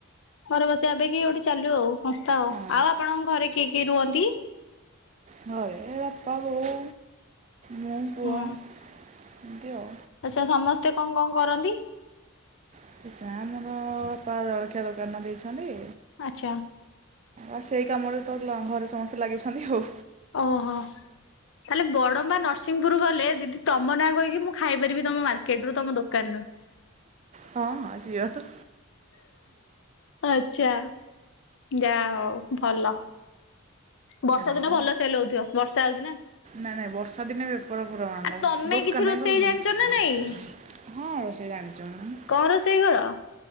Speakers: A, on the left (about 60°); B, on the right (about 30°).
A: ଘରେ ବସିଆ ଅପେକ୍ଷା ଇଏ ଗୋଟେ ଚାଲୁ ଆଉ ସଂସ୍ଥା ଆଉ
B: ହଁ
A: ଆଉ ଆପଣଙ୍କ ଘରେ କିଏ କିଏ ରୁହନ୍ତି?
B: ଘରେ ବାପା, ବୋଉ, ମୁଁ ପୁଅ
A: ହୁଁ
B: ଏମିତି ଆଉ।
A: ଆଚ୍ଛା ସମସ୍ତେ କଣ କଣ କରନ୍ତି?
B: <unintelligible> ଆମର ବାପା ଜଳଖିଆ ଦୋକାନ ଦେଇଛନ୍ତି।
A: ଆଚ୍ଛା।
B: ଆ ସେ କାମରେ ତ ଲା ଘରେ ସମସ୍ତେ ଲାଗିଛନ୍ତି ଆଉ।
A: ଓହୋ। ତାହେଲେ ବଡମ୍ବା ନରସିଂହପୁର ଗଲେ ଦିଦି ତମ ନାଁ କହିକି ମୁଁ ଖାଇପାରିବି ତମ ମାର୍କେଟରୁ ତମ ଦୋକାନରୁ।
B: ହଁ ହଁ ସିଓର।
A: ଆଚ୍ଛା, ଯାହା ହଉ ଭଲ। ବର୍ଷା
B: ଆଉ
A: ଦିନ ଭଲ ସେଲ୍ ହଉଥିବ ବର୍ଷା ହଉଛି ନା।
B: ନାଇଁ ନାଇଁ ବର୍ଷା ଦିନେ ବେପାର ପୁରା ମାନ୍ଦା
A: ଆ ତମେ
B: ଦୋକାନ
A: କିଛି ରୋଷେଇ
B: ଖୋଲୁ ନାହାନ୍ତି।
A: ଜାଣିଛ ନା ନାଇଁ
B: ହଁ ରୋଷେଇ ଜାଣିଛି ମୁଁ।
A: କଁ ରୋଷେଇ କର?